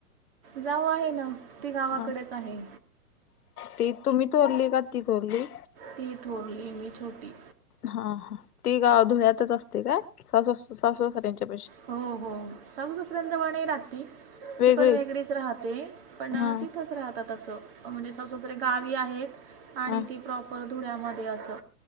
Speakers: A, on the right (about 40°); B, on the left (about 75°).
A: जाऊ आहे ना ती गावाकडेच
B: हां.
A: आहे.
B: ती तुम्ही थोरली का ती थोरली?
A: ती थोरली मी छोटी.
B: हा हा ती गा धुळ्यातच असते काय स सासु सासऱ्यांच्यापेक्षा
A: हो हो सासू सासऱ्याजवळ नाही राहत ती
B: वेगळी
A: ती पण वेगळीच राहते पण
B: हा
A: तिथंच राहतात तसं म्हणजे सससरे गावी आहेत आणि
B: हा
A: ती प्रॉपर धुळ्यामध्ये असं